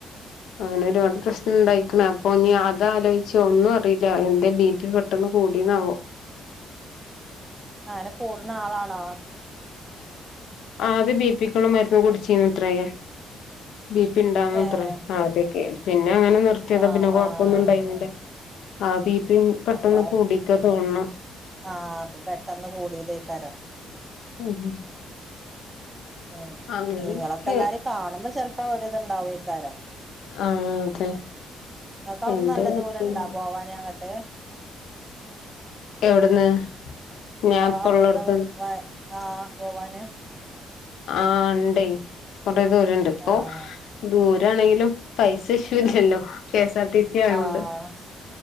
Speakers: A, on the left (about 80°); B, on the right (about 20°).
A: അങ്ങനെ ഒരുപാട് പ്രശ്നം ഉണ്ടായിരിക്ക്ണ് അപ്പൊ നീ അതാലോയ്ച്ചോ ഒന്നും അറീല്ല എന്തേബീ പി കൂ ട്ടെന്ന് കൂട്ടിന്നാവോ.
B: അങ്ങനെ കൂട്ണാളാണോ?
A: ആദ്യം ബി പിക്കുള്ള മരുന്ന് കുടിച്ച്ര്ന്നത്രേ. ബീ പി ഇണ്ടാന്ന്ത്രേ
B: ഏഹ്
A: ആദ്യൊക്കെ പിന്നങ്ങനെ നിർത്തിയതാ
B: ആഹ്
A: പിന്നെ കൊഴപ്പൊന്നും
B: ആഹ്
A: ഇണ്ടായിന്നില്ല. ആ ബീപിം പെട്ടെന്ന്
B: അപ്പൊ
A: കൂടിക്കാ തോന്ന്ണ്.
B: ആഹ് അപ്പൊ പെട്ടെന്ന് കൂടീതേക്കാരം.
A: ഉം ഹ്.
B: ഉം
A: അങ്ങനെയൊക്കെ
B: നിങ്ങളൊക്കെ എല്ലാരും കാണുമ്പോ ചെൽലപ്പൊ ഒര്തുണ്ടാവേക്കാരം.
A: ആഹ് അതെ
B: ഇങ്ങക്കവിട്ന്ന്
A: എന്താ
B: നല്ല
A: പറ്റിയെന്നാവോ
B: ദൂരം ഇണ്ടാ പോവാന് അങ്ങ. ട്ട്,
A: എവിടുന്ന് ഞാൻ
B: ങ്ങള
A: ഇപ്പ
B: അവ്ട്ന്ന്
A: ഉള്ളോടത്ത്ന്ന്
B: വീ വ. ആഹ് പോവാന്.
A: ആഹ് ണ്ടേയ് കൊറേ ദൂരണ്ട് പ്പൊ.
B: ആഹ്
A: ദൂരാണെങ്കിലും പൈസ ഇഷ്യൂ ഇല്ലല്ലോ K S R T C. ആയോണ്ട്
B: ആഹ്